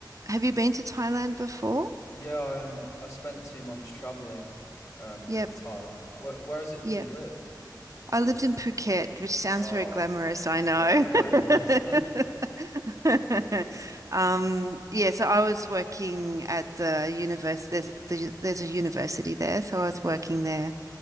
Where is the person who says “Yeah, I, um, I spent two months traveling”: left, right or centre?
Left